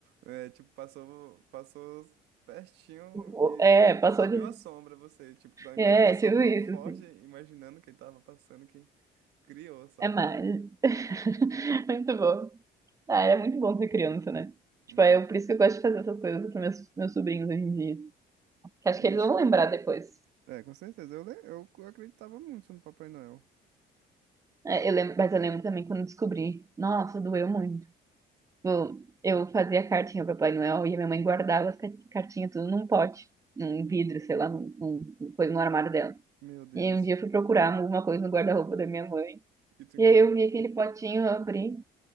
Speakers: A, on the right; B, on the right.
A: É, tipo, passou, passou pertinho
B: O-
A: e
B: É, passou
A: só viu
B: de.
A: a sombra você, tipo, da imaginação
B: É, tipo
A: tão
B: isso,
A: forte,
B: assim.
A: imaginando que ele tava passando que criou, sabe?
B: É mais. <laughs> Muito bom. Ah, era muito bom ser criança, né? Tipo,
A: Hum,
B: é por isso que eu gosto de fazer essas coisas para meus, meus sobrinhos hoje em dia. Que acho
A: Muito.
B: que eles vão lembrar depois.
A: É, com certeza. Eu, le- eu, eu acreditava muito no Papai Noel.
B: É, eu lembro, mas eu lembro também quando eu descobri. Nossa, doeu muito. Tipo, Eu fazia cartinha para Papai Noel e a minha mãe guardava as ca- cartinhas tudo num pote, num vidro, sei lá, num, num- num coisa no armário dela.
A: Meu Deus.
B: E aí um dia eu fui procurar alguma coisa no guarda-roupa da minha mãe.
A: E tu
B: E
A: encontrou?
B: aí eu vi aquele potinho, eu abri